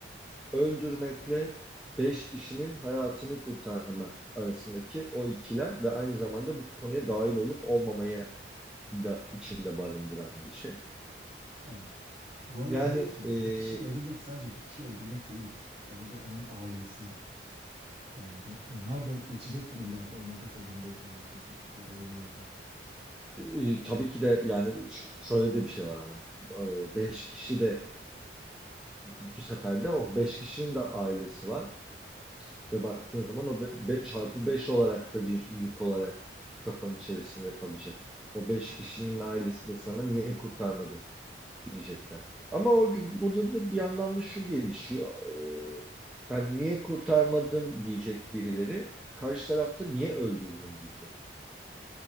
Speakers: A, in the centre; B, on the right.
A: öldürmekle beş kişinin hayatını kurtarmak arasındaki o ikilem ve aynı zamanda bu konuya dahil olup olmamaya da içinde barındıran bir şey.
B: Evet. Bu arada
A: Yani
B: biliyorsun
A: e,
B: bir kişiyi öldürmek sadece bir kişiyi öldürmek değildir. Orada onun ailesi, Yani bu, bunlar da geçecektir illaki o makas elindeyken, makasın kolu elindeyken.
A: e, tabii ki de yani ş- şöyle de bir şey var ama e, beş kişi de bu sefer de o beş kişinin de ailesi var ve baktığın zaman o be- çarpı beş olarak da bir yük olarak kafanın içerisinde kalacak. O beş kişinin ailesi de sana niye kurtarmadın diyecekler. Ama orada, burada da bir yandan da şu gelişiyor. Ee, yani niye kurtarmadın diyecek birileri. Karşı tarafta niye öldürdün diyecek.